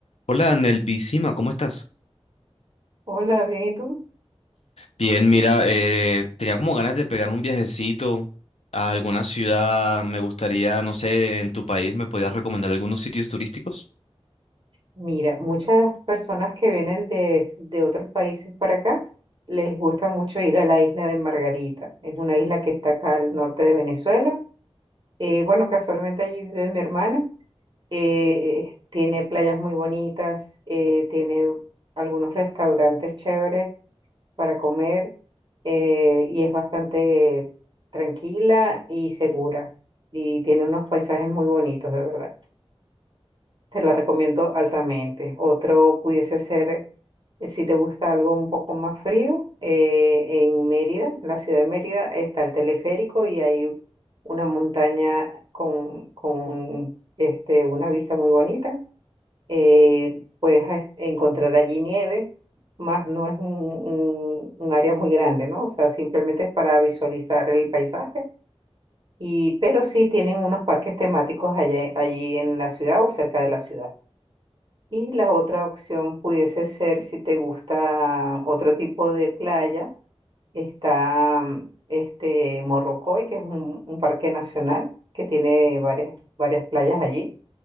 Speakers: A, on the left; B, on the right.
A: Hola, Nelvisima, ¿cómo estás?
B: Hola, bien, ¿y tú?
A: Bien, mira, eh, tenía como ganas de pegar un viajecito a alguna ciudad. Me gustaría, no sé, en tu país, ¿me podías recomendar algunos sitios turísticos?
B: Mira, muchas personas que vienen de, de otros países para acá les gusta mucho ir a la isla de Margarita. Es una isla que está acá al norte de Venezuela. Eh, bueno, casualmente allí vive mi hermana. Eh, eh, tiene playas muy bonitas, eh, tiene algunos restaurantes chéveres para comer eh, y es bastante tranquila y segura. Y tiene unos paisajes muy bonitos, de verdad. Te la recomiendo altamente. Otro pudiese ser, eh, si te gusta algo un poco más frío, eh, en Mérida, en la ciudad de Mérida, está el teleférico y hay una montaña con, con este, una vista muy bonita. Eh, puedes a- encontrar allí nieve, más no es un, un- un área muy grande, ¿no? O sea, simplemente es para visualizar el paisaje. Y, pero sí tienen unos parques temáticos allí, allí en la ciudad o cerca de la ciudad. Y la otra opción pudiese ser, si te gusta otro tipo de playa, está mm, este Morrocoy, que es un, un parque nacional que tiene varias, varias playas allí,